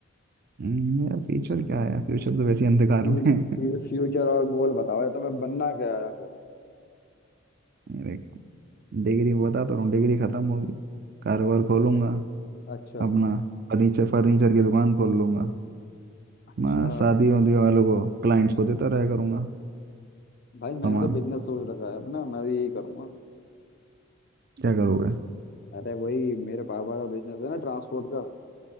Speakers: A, on the right; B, on the left.
A: हम्म, यार फ्यूचर क्या है फ्यूचर तो वैसे ही अंधकार
B: फ्यूचर
A: में है
B: फ्यूचर और गोल बताओ या तुम्हें बनना क्या है फिर
A: <laughs> मेरे डिग्री बता तो रहा हूँ डिग्री खत्म होगी कारोबार खोलूंगा
B: अच्छा
A: अपना फर्नीचर फर्नीचर की दुकान खोल लूंगा
B: अच्छा
A: मैं शादी वादी वालों को क्लाइंट्स को देता रहा करूंगा
B: भाई
A: सामान
B: मैंने तो बिजनेस सोच रखा है अपना मैं तो यही करूंगा
A: क्या करोगे
B: अरे भाई मेरे पापा का बिजनेस है ना ट्रांसपोर्ट का